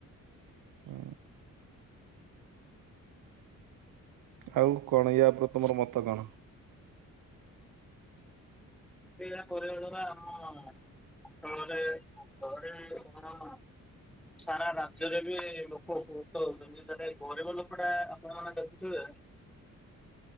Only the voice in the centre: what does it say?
କରିବା ଦ୍ୱାରା ଆମର ପୁଅ ମାନେ କଣ ସାରା ରାଜ୍ୟରେ ବି ଲୋକ ଉପଭୃତ ହଉଛନ୍ତି ଗରିବ ଲୋକ ଟା ଆପଣମାନେ ଦେଖୁଥିବେ